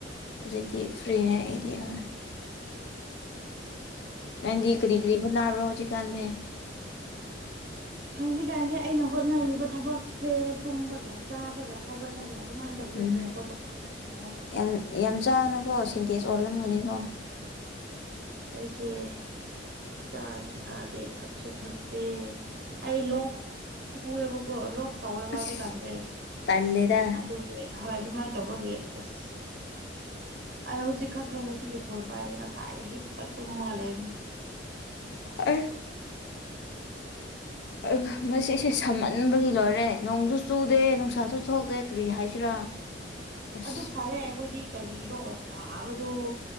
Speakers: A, on the left; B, on the right.
A: ꯍꯧꯖꯤꯛꯇꯤ ꯐ꯭ꯔꯤꯅꯦ ꯑꯩꯗꯤ ꯍꯣꯏ ꯅꯪꯗꯤ
B: ꯌꯥꯏ
A: ꯀꯔꯤ
B: ꯌꯥꯏ
A: ꯀꯔꯤ ꯍꯣꯅꯕ꯭ꯔꯣ ꯍꯧꯖꯤꯀꯥꯟꯖꯤ
B: ꯍꯧꯖꯤꯛꯀꯥꯟꯁꯤ ꯑꯩꯅ ꯍꯣꯠꯅꯔꯤꯕ ꯊꯕꯛꯁꯦ ꯇꯨꯝꯕꯒ ꯆꯥꯕꯒ ꯍꯧꯒꯠꯂꯒ ꯑꯗꯨꯃꯥꯏꯟ ꯇꯧꯔ
A: ꯎꯝ
B: ꯂꯩꯔꯦ ꯑꯇꯣꯞꯄꯗꯤ ꯀꯥ ꯍꯦꯟꯅ ꯋꯥꯗꯦ
A: ꯌꯥꯝ ꯌꯥꯝ ꯆꯥꯒꯅꯨꯀꯣ ꯁꯤꯟꯇꯦꯁ ꯑꯣꯜꯂꯝꯒꯥꯅꯤꯀꯣ
B: ꯑꯩꯁꯦ ꯌꯝ ꯆꯥꯖꯨ ꯆꯥꯗꯦ ꯊꯛꯁꯨ ꯊꯛꯇꯦ ꯑꯩ ꯂꯣꯛ ꯈꯨꯋꯦꯕꯀꯣ ꯂꯣꯛ ꯇꯧꯋꯦꯕ
A: ꯑꯁ
B: ꯍꯧꯖꯤꯛꯀꯥꯟꯖꯦ
A: ꯇꯜꯂꯦꯗ
B: ꯑꯗꯨ ꯀꯤ ꯍꯣꯏ ꯑꯗꯨꯃꯥꯏꯟ ꯇꯧꯕꯒꯤ ꯑꯁ ꯑꯩ ꯍꯧꯖꯤꯛ ꯈꯛꯅꯦ ꯉꯁꯤꯒꯤ ꯐꯣꯟ ꯄꯥꯏꯔꯤ ꯉꯁꯥꯏꯗꯩ ꯍꯤꯞꯄ ꯇꯨꯝꯃꯒ ꯂꯩꯕꯅꯦ
A: ꯑꯩ ꯑꯥ ꯉꯁꯤꯁꯦ ꯁꯥꯃꯟꯕꯒꯤ ꯂꯣꯏꯔꯦ ꯅꯣꯡꯖꯨ ꯆꯨꯗꯦ ꯅꯨꯡꯁꯥꯁꯨ ꯊꯣꯛꯇꯦ ꯀ꯭ꯔꯤ ꯍꯥꯏꯁꯤꯔꯥ ꯑꯁ
B: ꯑꯗꯨ ꯐꯥꯔꯦ ꯑꯈꯣꯏꯗꯤ ꯀꯔꯤꯔꯣ ꯁꯥꯕꯗꯣ